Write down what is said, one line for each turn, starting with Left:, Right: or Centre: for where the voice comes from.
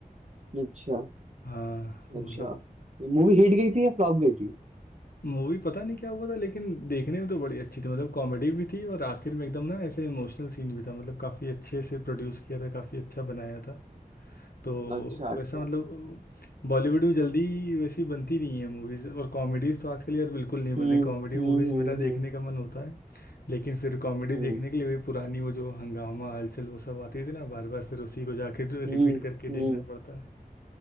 Right: अच्छा
Left: हाँ तो
Right: अच्छा
Left: मतलब
Right: मूवी हिट गई थी या फ्लॉप गई थी
Left: मूवी पता नहीं क्या हुआ था लेकिन देखने में तो बड़ी अच्छी थी मतलब कॉमेडी भी थी और आखिर में एकदम ना ऐसे इमोशनल सीन भी था मतलब काफ़ी अच्छे से प्रोड्यूस किया था काफ़ी अच्छा बनाया था तो
Right: अच्छा अच्छा
Left: वैसा मतलब बॉलीवुड में जल्दी वैसी बनती नहीं है मूवीज़ और कॉमेडीज़ तो आजकल यार बिल्कुल नहीं बन
Right: हम्म
Left: रही कॉमेडी
Right: हम्म
Left: मूवीज़
Right: हम्म
Left: मेरा देखने का मन होता है लेकिन फिर कॉमेडी
Right: हम्म
Left: देखने के लिए वही पुरानी वो जो हंगामा हलचल वो सब आती थी ना बार बार फिर उसी को जाके रिपीट
Right: हम्म
Left: करके देखना
Right: हम्म,
Left: पड़ता है